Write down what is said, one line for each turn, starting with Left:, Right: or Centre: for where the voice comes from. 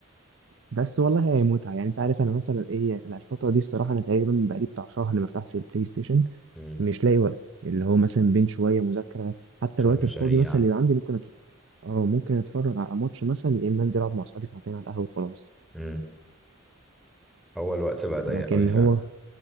Right: بس والله هي متعة يعني أنت عارف أنا مثلا إيه الفترة دي الصراحة أنا تقريبا بقالي بتاع شهر ما فتحتش البلاي ستيشن
Centre: امم
Right: مش لاقي وقت اللي هو مثلا بين شويه مذاكره حتى
Centre: شويه
Right: الوقت
Centre: مشاريع
Right: الفاضي مثلا اللي عندي ممكن أتف... اه ممكن اتفرج على ماتش مثلا يا اما انزل العب مع اصحابي ساعتين على القهوه وخلاص
Centre: امم هو الوقت بقى ضيق
Right: لكن
Centre: قوي فعلا
Right: هو